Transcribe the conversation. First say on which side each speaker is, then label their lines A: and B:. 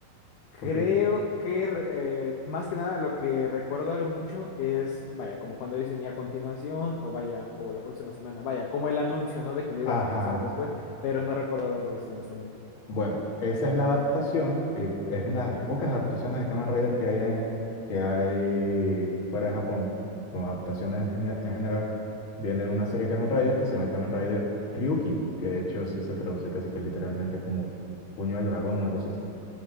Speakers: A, on the left; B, on the left.
A: creo
B: porque,
A: que re- eh, más que nada lo que recuerdo a lo mucho es, vaya, como cuando dicen y a continuación, o vaya, o la próxima semana, vaya, como el anuncio, ¿no? De que lo iban
B: ajá,
A: a pasar después, pero no recuerdo haberlo visto, honestamente.
B: bueno, esa es la adaptación, eh, es una de las pocas adaptaciones de Kamen Rider que hay, eh, que hay fuera de Japón, como adaptaciones en, gene- en general. Viene una serie de Kamen Rider que se llama Kamen Rider Ryuki, que de hecho sí se traduce casi que literalmente como puño al dragón, una cosa así.